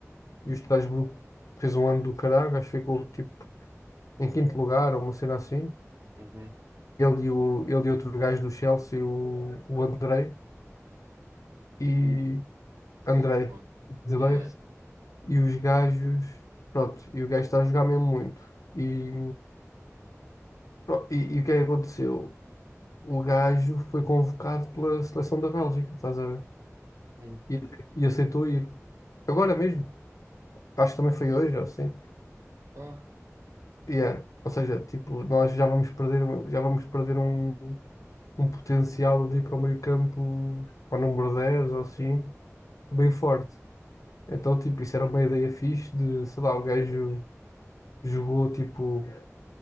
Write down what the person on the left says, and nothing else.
E o Estrasburgo fez um ano do caralho, acho que ficou tipo em quinto lugar ou uma cena assim.
Ele e, o, ele e outro gajo do Chelsea, o, o Andrei, e
Andrei,
brasileiro,
e os gajos, pronto, e o gajo está a jogar mesmo muito. E, pro- e, e o que é que aconteceu? O gajo foi convocado pela seleção da Bélgica, estás a ver?
E, e aceitou ir. Agora mesmo, acho que também foi hoje, ou assim.
Yeah. Ou seja, tipo, nós já vamos perder, já vamos perder um, um potencial ali para o meio campo, para o número 10 ou assim, bem forte. Então, tipo, isso era uma ideia fixe de, sei lá, o gajo jogou, tipo,